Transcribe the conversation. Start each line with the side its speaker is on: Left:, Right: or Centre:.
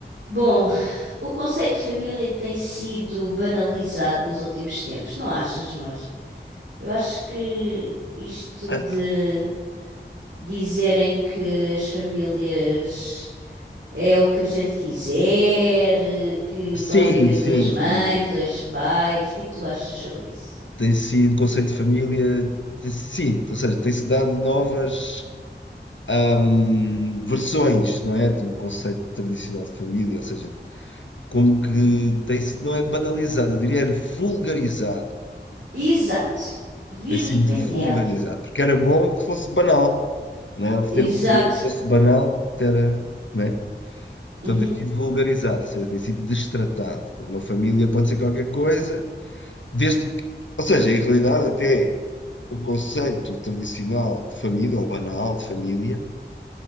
Right: Bom, o conceito de família tem sido banalizado nos últimos tempos, não achas, amor? Eu acho que isto
Left: Ah,
Right: de dizerem que as famílias é o que a gente quiser, eh, que
Left: Sim,
Right: pode haver duas
Left: sim,
Right: mães,
Left: sim.
Right: dois pais, o que é que tu achas sobre isso?
Left: Tem sido conceito de família, te- sim, ou seja, tem-se dado novas ahm, versões, não é, do conceito tradicional de família, ou seja, como que tem-se, não é banalizado, eu diria é vulgarizado,
Right: Exato, vilipendiado.
Left: tem sido vulgarizado, porque era bom que fosse banal, não é,
Right: Exato,
Left: ter uma família fosse banal, era, não é? Então
Right: Uhum.
Left: tem sido vulgarizado, ou seja, tem sido destratado. Uma família pode ser qualquer coisa, Desde, ou seja, em realidade, até o conceito tradicional de família, ou banal de família,